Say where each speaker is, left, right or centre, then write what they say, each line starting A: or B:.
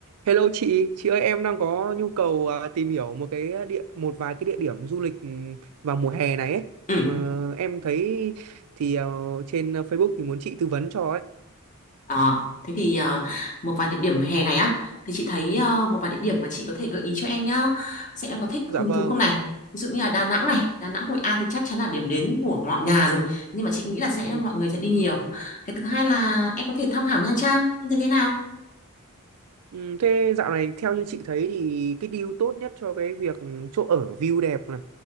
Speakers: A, on the right (about 80°); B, on the left (about 35°).
A: Hello chị, chị ơi em đang có nhu cầu à, tìm hiểu một cái địa một vài cái địa điểm du lịch ừ, vào mùa hè này ấy.
B: Ừ.
A: Mà em thấy thì ờ, trên Facebook thì muốn chị tư vấn cho ấy.
B: À, thế thì à, một vài địa điểm hè này á thì chị thấy à, một vài địa điểm mà chị có thể gợi ý cho em nhá. Xem em có thích
A: Dạ
B: hứng
A: vâng.
B: thú không này. Ví dụ như là Đà Nẵng này, Đà Nẵng Hội An thì chắc chắn là điểm đến của mọi nhà rồi. Nhưng mà chị nghĩ là sẽ
A: Ừ,
B: mọi người sẽ đi nhiều. Cái thứ hai là em có thể tham khảo Nha Trang như thế thế nào?
A: ừ, Thế dạo này theo như chị thấy thì cái deal tốt nhất cho cái việc chỗ ở view đẹp này,